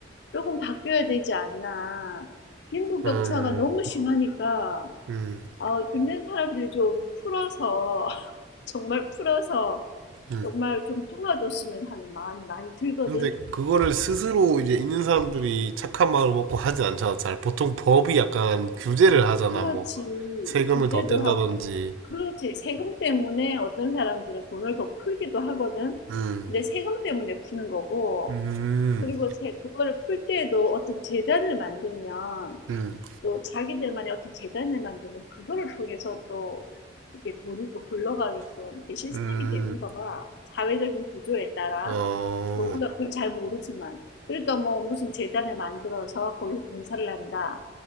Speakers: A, on the left (about 60°); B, on the right (about 80°).
A: 조금 바뀌어야 되지 않나. 빈부격차가
B: 음,
A: 너무 심하니까,
B: 음,
A: 어, 있는 사람들 좀 풀어서, <laughs> 정말 풀어서,
B: 음.
A: 정말 좀 도와줬으면 하는 마음이 많이 들거든.
B: 근데 그거를 스스로 이제 있는 사람들이 착한 마음을 먹고 하진 않잖아. 잘 보통 법이 약간 규제를 하잖아.
A: 그렇지.
B: 뭐 세금을
A: 규제도
B: 더 뗀다든지.
A: 하고, 그렇지. 세금 때문에 어떤 사람들은 돈을 더 풀기도 하거든.
B: 음,
A: 근데 세금 때문에 푸는 거고,
B: 음,
A: 그리고 세, 그거를 풀 때에도 어떤 재단을 만들면,
B: 음,
A: 또 자기들만의 어떤 재단을 만드는 그거를 통해서 또 이게 돈이 또 굴러가게끔 이게 시스템이
B: 음.
A: 되는가 봐. 사회적인 구조에 따라.
B: 어,
A: 뭐 우리가 그걸 잘 모르지만. 그러니까 뭐 무슨 재단을 만들어서 거기서 봉사를 한다.